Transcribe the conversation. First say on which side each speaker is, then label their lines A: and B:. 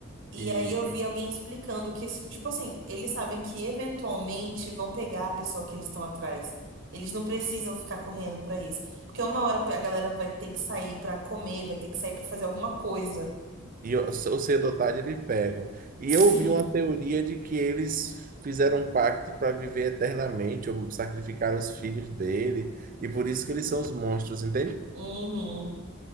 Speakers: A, on the right; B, on the right.
A: E
B: e,
A: aí eu vi alguém explicando que, esse- tipo assim, eles sabem que eventualmente vão pegar a pessoa que eles estão atrás. Eles não precisam ficar correndo pra isso. Porque uma hora a galera vai ter que sair pra comer, vai ter que sair pra fazer alguma coisa.
B: e, e eu- ou cedo ou tarde eles pegam. E
A: Sim.
B: eu ouvi uma teoria de que eles fizeram um pacto para viver eternamente, ou sacrificaram os filhos dele, e por isso que eles são os monstros, entende?
A: Uhum.